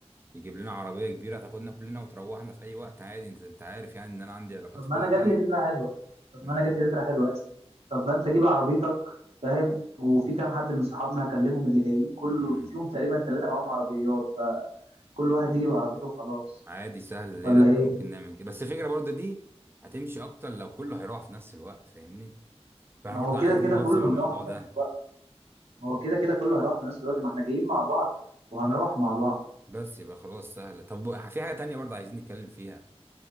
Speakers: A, on the right; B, on the right.
A: يجيب لنا عربية كبيرة تاخدنا كلنا وتروحنا في اي وقت عادي انت انت عارف يعني ان انا عندي علاقات
B: طب
A: في
B: ما
A: كل
B: انا جات
A: حاجة
B: لي فكرة حلوة طب
A: امم
B: ما انا جات لي فكرة حلوة يا زلمة طب ما انت جيب عربيتك فاهم وفي كام حد من صحابنا هكلمهم اللي جايين كله
A: امم
B: فيهم تقريبا ثلاثة معاهم عربيات كل واحد يجي بعربيته وخلاص
A: عادي سهل ليه
B: ولا
A: لا
B: ايه
A: ممكن نعمل كده بس الفكرة برضه دي هتمشي اكتر لو كله هيروح في نفس الوقت فاهمني فاحنا
B: ما
A: برضه
B: هو كده
A: عايزين
B: كده
A: ننظم
B: كله
A: الموضوع
B: هيروح في
A: ده
B: نفس الوقت ما هو كده كده كله هيروح في نفس الوقت ما احنا جايين مع بعض وهنروح مع بعض
A: بس يبقى خلاص سهل طب في حاجة تانية برضه عايزين نتكلم فيها